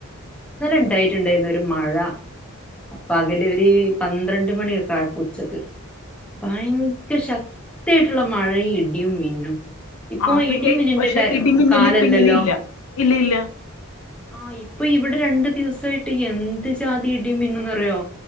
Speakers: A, in the centre; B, on the left.
A: ഇണ്ടായിട്ടുരുന്നു ഒരു മഴ പകല് ഒരു പന്ത്രണ്ട് മണിയൊക്കെ ആയപ്പ ഉച്ചക്ക് ഭയങ്കര ശക്തിയായിട്ടുള്ള മഴയും ഇടിയും മിന്നും ഇപ്പൊ
B: ആപ്പ
A: ഇടിയും മിന്നിന്റെ
B: പക്ഷെ
A: ടൈ
B: ഇടിമിന്നല്
A: കാലല്ലല്ലോ
B: ഇപ്പ ഇങ്ങനെ ഇല്ല ഇല്ല ഇല്ല
A: ആഹ് ഇപ്പൊ ഇവിടെ രണ്ടു ദിവസായിട്ട് എന്ത് ജാതി ഇട മന്നന്ന്റിയോ